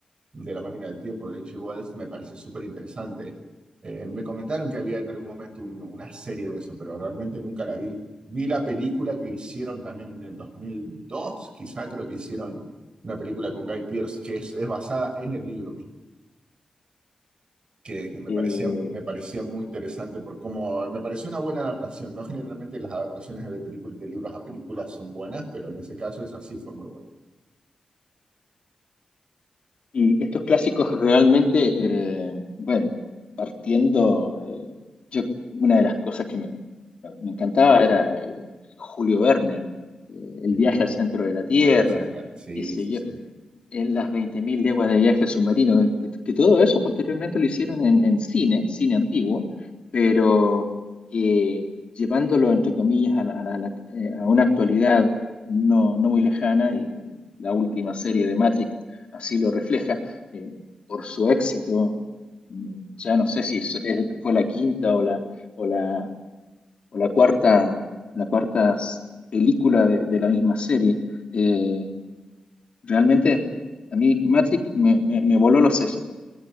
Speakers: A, on the right; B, on the left.
A: de La máquina del tiempo de H.G. Wells me parece súper interesante. Eh, me comentaron que había en algún momento un- una serie de eso, pero realmente nunca la vi. Vi la película que hicieron también en el 2002, quizá creo que hicieron una película con Guy Pearce que es, es basada en el libro mismo, que, que me
B: eh,
A: parecía, me parecía muy interesante por cómo me pareció una buena adaptación, ¿no? Generalmente las adaptaciones de películas, de libros a películas son buenas, pero en ese caso esa sí fue muy buena.
B: Y estos clásicos realmente, eh, bueno, partiendo, eh, yo una de las cosas que me, me encantaba era el Julio Verne, eh, el
A: Sí,
B: viaje al centro de la Tierra,
A: viajarse entre Sí,
B: qué sé
A: sí,
B: yo
A: sí.
B: en las 20.000 leguas de viaje submarino, que, que todo eso posteriormente lo hicieron en, en cine, cine antiguo, pero que llevándolo, entre comillas, a, la- a la- a la- eh, a una actualidad no, no muy lejana, y la última serie de Matrix así lo refleja, eh, por su éxito, mm, ya no sé si es- es- fue la quinta o la, o la, o la cuarta, la cuarta s- película de, de la misma serie. eh, Realmente, a mí Matrix me, me, me voló los sesos.